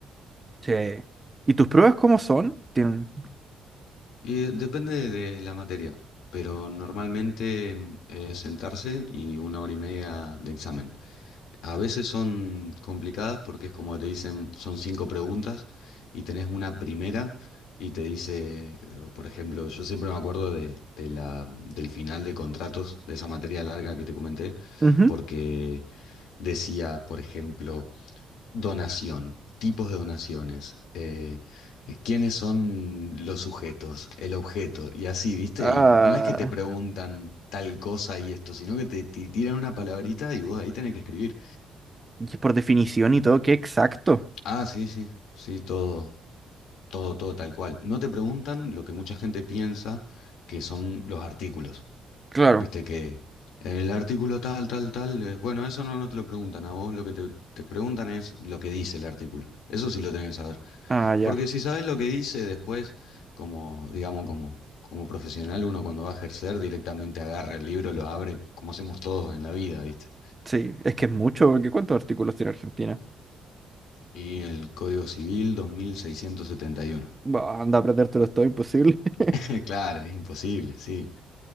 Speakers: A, on the right (about 20°); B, on the left (about 85°).
A: sí. ¿Y tus pruebas cómo son? Tienen-
B: Eh, depende de la materia, pero normalmente mm, eh, sentarse y una hora y media de examen. A veces son complicadas porque es como te dicen, son cinco preguntas y tenés una primera y te dice, eh, por ejemplo, yo siempre me acuerdo de, de la, del final de contratos, de esa materia larga que te comenté,
A: Ujú.
B: porque decía, por ejemplo, Donación, tipos de donaciones, eh, eh, quiénes son los sujetos, el objeto, y así, ¿viste?
A: Ah,
B: Y no es que te preguntan tal cosa y esto, sino que te, te tiran una palabrita y vos ahí tenés que escribir.
A: Y por definición y todo, qué exacto.
B: Ah, sí, sí, sí, todo, todo, todo tal cual. No te preguntan lo que mucha gente piensa que son los artículos,
A: Claro.
B: ¿viste? Que en el artículo tal, tal, tal, eh, bueno, eso no, no te lo preguntan a vos, lo que te, te preguntan es lo que dice el artículo. Eso sí lo tenés que saber.
A: Ah, ya.
B: Porque si sabes lo que dice después, como, digamos, como, como profesional, uno cuando va a ejercer directamente agarra el libro, lo abre, como hacemos todos en la vida, ¿viste?
A: Sí, es que es mucho, porque ¿cuántos artículos tiene Argentina?
B: Y el Código Civil 2671.
A: Bah, anda a aprendértelo, todo imposible. <laughs>
B: <laughs> Claro, es imposible, sí.